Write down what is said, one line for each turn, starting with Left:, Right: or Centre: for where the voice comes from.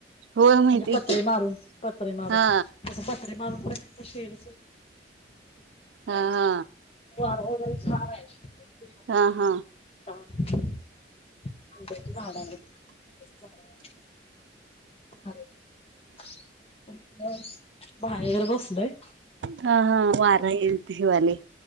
Right: होय माहितीय
Left: म्हणजे पत्रे
Right: की
Left: मारून पत्रे मारून
Right: हा
Left: ज प अरे म शेड
Right: हा हा
Left: वग
Right: हा हा
Left: <unintelligible> आ झा झा बाहेर बसलोय.
Right: हा हा वारा येईल हिवाली